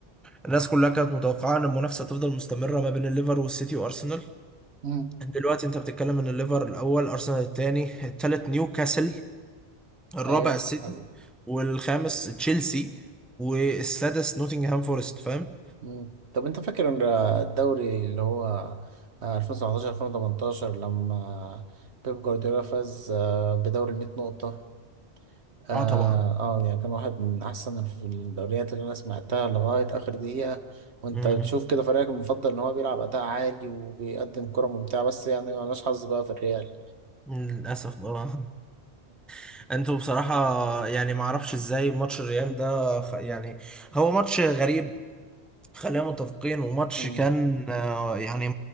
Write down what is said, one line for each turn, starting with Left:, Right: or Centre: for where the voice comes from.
Centre: الناس كلها كانت متوقعة إن المنافسة تفضل مستمرة ما بين الليفر والسيتي وأرسنال
Right: في
Centre: دلوقتي أنت بتتكلم إن الليفر الأول أرسنال الثاني الثالث نيوكاسل الرابع
Right: ايوه
Centre: السيتي
Right: حلو.
Centre: والخامس تشيلسي والسادس نوتنغهام فورست فاهم؟
Right: مم. طب انت فاكر ان الدوري اللي هو آه، 2017 2018 لما بيب جوارديولا فاز آه، بدوري ال 100 نقطة اه
Centre: اه طبعا
Right: آه، يعني كان واحد من احسن في الدوريات اللي انا سمعتها لغاية اخر دقيقة وانت
Centre: <laughs>
Right: بتشوف كده فريقك المفضل ان هو بيلعب اداء عالي وبيقدم كرة ممتعة بس يعني ملناش حظ بقى في الريال
Centre: للأسف اه <laughs> انتوا بصراحة يعني ما اعرفش ازاي ماتش الريال ده خ- يعني هو ماتش غريب خلينا متفقين وماتش
Right: مم.
Centre: كان آه، يعني